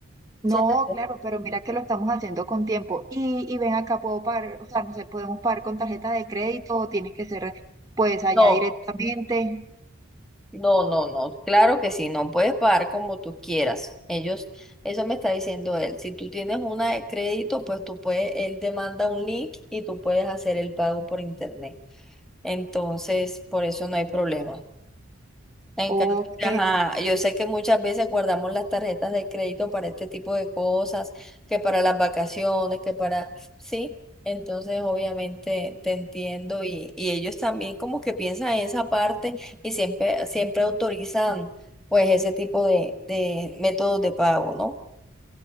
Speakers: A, on the right (about 15°); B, in the centre.
A: No,
B: ¿cierto?
A: claro, pero mira que lo estamos haciendo con tiempo. Y, y ven acá, puedo pagar, o sea, no sé, podemos pagar con tarjeta de crédito o tiene que ser pues allá
B: No.
A: directamente.
B: No, no, no, claro que sí, no puedes pagar como tú quieras. Ellos, eso me está diciendo él. Si tú tienes una de crédito, pues tú puedes, él te manda un link y tú puedes hacer el pago por internet. Entonces, por eso no hay problema. En
A: Ok.
B: cambio, ajá, yo sé que muchas veces guardamos las tarjetas de crédito para este tipo de cosas, que para las vacaciones, que para, sí, entonces obviamente te entiendo y, y ellos también como que piensan en esa parte y siempre, siempre autorizan pues ese tipo de, de métodos de pago, ¿no?